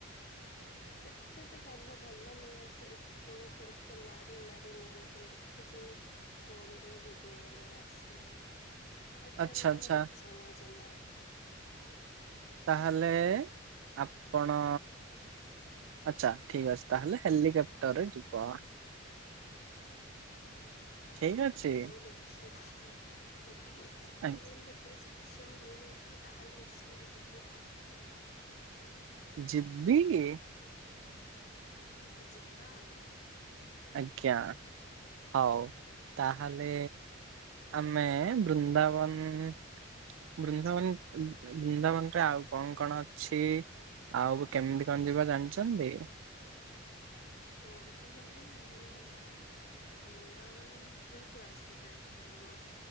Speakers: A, on the left; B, on the right.
A: ସେଥିରେ ତ ଗଲେ ଭଲ ନୁହେଁ ସେ ଓଟକୁ କେତେ ମାରି ମାରି ନିଅନ୍ତି ମୁଁ ଦେଖି ସେ ଫୋନ ରେ ଭିଡିଓ ବଗେରା ସେ ଏଟାରେ
B: ଆଚ୍ଛା
A: ତ
B: ଆଚ୍ଛା
A: ମୋର ଇଚ୍ଛା ନାହିଁ ଜମାା
B: ତାହେଲେ ଆପଣ ଆଚ୍ଛା ଠିକ ଅଛି ତାହଲେ ହେଲିକପ୍ଟର ରେ ଯିବ ଠିକ୍ ଅଛି।
A: ହଉ ଦେଖିବା ଯେତିକି ସେତେବେଳେ
B: ଆ-
A: ମୁଁ ସେତିକି ସକ୍ଷମ ହେଇଯାଇଥିବେ ତାହେଲେ ନିଶ୍ଚିନ୍ତ ଯିବି ଆଉ
B: ଯିବି
A: ଯିବା ଆଉ
B: ଆଜ୍ଞା ହଉ
A: ଆ
B: ତାହେଲେ ଆମେ ବୃନ୍ଦାବନ ବୃନ୍ଦାବନ ବୃନ୍ଦାବନରେ ଆଉ କଣ କଣ ଅଛି? ଆଉ କେମିତି କଣ ଯିବା ଜାଣିଛନ୍ତି?
A: ମୋର ତ ମନେ ନାହିଁ ମୁଁ ଲାଷ୍ଟ ବୃନ୍ଦାବନ ଥ୍ରୀ କ୍ଲାସରେ ଯାଇଥିଲି ମୁଁ